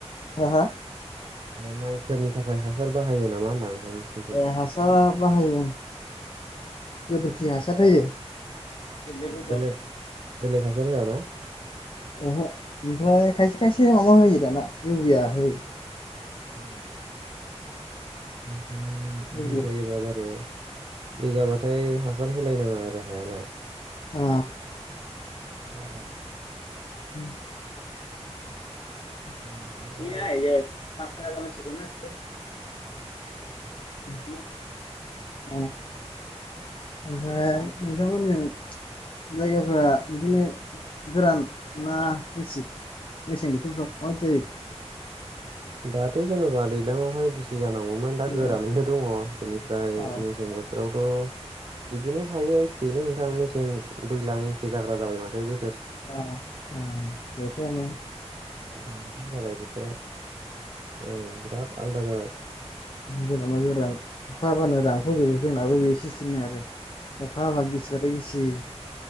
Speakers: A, on the left; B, on the right.
A: हा हा
B: ए माइफोरनि थाखाय हासार बाहायो नामा होनदां नोंथां नोंसिनिथिं?
A: ए हासारा बाहायो ओं गोबोरखि हासार होयो <unintelligible>
B: बेलेग बेलेग हासार होआ ना
A: ओहो ओमफ्राय खायसे खायसे माबा होयो दाना इउरिया होयो
B: औ ओमफ्राय
A: इउरिया
B: दै जायोब बार' दै जाबाथाय हासार होलायनाङा आरो हायालाय
A: आ
B: मोजां
A: <unintelligible> <unintelligible>
B: होमबासो दा उम
A: <unintelligible> ओमफ्राय नोंथांमोनजों जायगाफ्रा बिदिनो गोरान ना एसे मेसें बोथोर द माबायदि जायो
B: दाथ' जेनेबा दैलाङावहाय <unintelligible> जानांगौमोन दा गोरानैनो
A: जायो?
B: दङ बेनिफ्राय
A: ओ
B: मेसें बोथोराव थ बिदिनो थायो एखेयैनो नोंथां मेसें दैज्लां एखे जाग्रा जाबाय माथो बो
A: आ आ <unintelligible>
B: उलथां फाथां जाबाय बोथोराव औ बिराद आलदा जाबाय
A: गोरानबा गोरान अखा हाबानो रानखावजोबो जोंनाबो बे सिस्टिमनो आरो अखा हाबा गिसिबाथाय गिसि